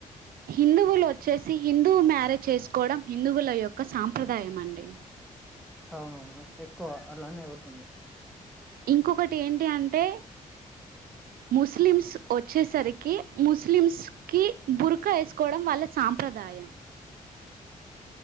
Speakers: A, on the right; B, in the centre.
A: హిందువులు వచ్చేసి హిన్. హిందూ మ్యారేజ్ చేసుకోవడం, హిందువుల యొక్క సాంప్రదాయం అండి.
B: అవునవును ఎక్కువ అలానే అవుతుంది.
A: ఇంకొకటి ఏంటి అంటే ముస్లిమ్స వొచ్చేసరికి, ముస్లిమ్సకీ బురక వేసుకోవడం వాళ్ళ సాంప్రదాయం.